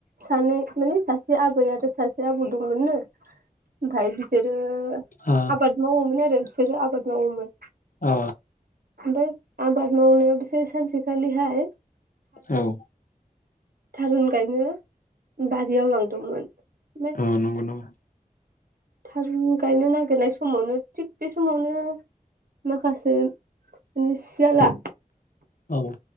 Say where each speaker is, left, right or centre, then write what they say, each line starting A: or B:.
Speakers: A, on the right (about 80°); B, on the left (about 65°).
A: सानै माने सासे आबै आरो सासे आबौ दंमोननो ओमफफाय बिसोरो
B: अ
A: आबाद मावोमोन आरो बिसोरो आबाद मावोमोन
B: अ
A: ओमफ्राय आबाद मावनायाव बिसोर सानसेखालि हाय
B: औ
A: थारुन गायनो बारियाव लांदोंमोन ओमफाय
B: औ नंगौ नामा
A: थारुन गायनो नागिरनाय समावनो थिग बे समावनो माखासे माने सियाला
B: औ